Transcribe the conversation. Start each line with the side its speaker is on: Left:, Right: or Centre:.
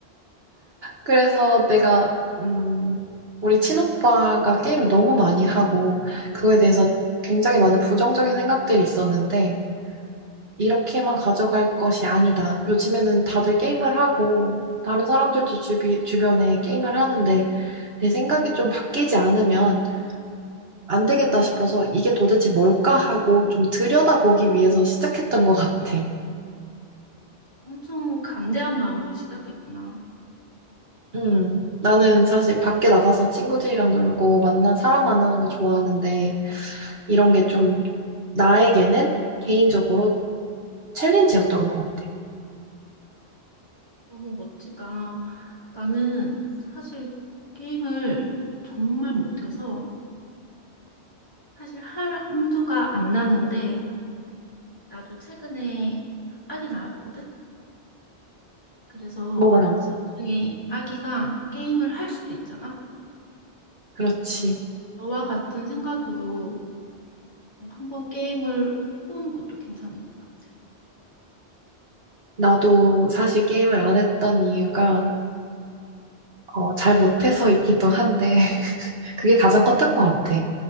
Right: 그래서 내가, 음, 우리 친오빠가 게임을 너무 많이 하고, 그거에 대해서 굉장히 많은 부정적인 생각들이 있었는데, 이렇게만 가져갈 것이 아니다. 요즘에는 다들 게임을 하고, 다른 사람들도 주비, 주변에 게임을 하는데, 내 생각이 좀 바뀌지 않으면, 안 되겠다 싶어서 이게 도대체 뭘까 하고 좀 들여다보기 위해서 시작했던 것 같아.
Left: 엄청 간대한 마음으로 시작했구나.
Right: 음, 나는 사실 밖에 나가서 친구들이랑 놀고 만난 사람 만나는 거 좋아하는데 이런 게 좀 나에게는 개인적으로 챌린지였던 것 같아.
Left: 너무 멋지다. 나는 사실 게임을 정말 못해서 사실 할 엄두가 안 나는데 나도 최근에 아기 낳았거든? 그래서
Right: 뭐가 나왔어?
Left: 나중에 아기가 게임을 할 수도 있잖아?
Right: 그렇지.
Left: 그래서 나, 너와 같은 생각으로 한번 게임을 해보는 것도 괜찮은 것 같아.
Right: 나도 사실 게임을 안 했던 이유가 어, 잘 못해서이기도 한데 <laughs> 그게 가장 컸던 것 같아.